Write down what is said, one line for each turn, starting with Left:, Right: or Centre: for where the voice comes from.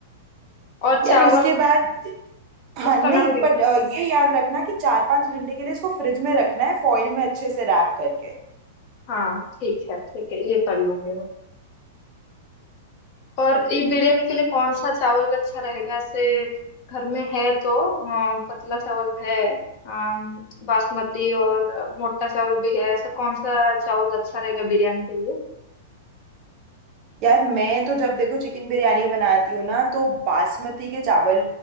Left: और चावल
Right: यार उसके
Left: का
Right: बाद हाँ
Left: कुछ
Right: नहीं
Left: करना पड़ेगा
Right: पर अ, ये याद रखना कि चार पांच घंटे के लिए इसको फ्रिज में रखना है फॉइल में अच्छे से रैप करके
Left: हाँ ठीक है ठीक है ये कर लूंगी मैं और ये बिरयानी के लिए कौन सा चावल अच्छा रहेगा ऐसे घर में है तो अ, पतला चावल है अम, बासमती और मोटा चावल भी है ऐसा कौन सा चावल अच्छा रहेगा बिरयानी के लिए
Right: यार मैं तो जब देखो चिकन बिरयानी बनाती हूँ ना तो बासमती के चावल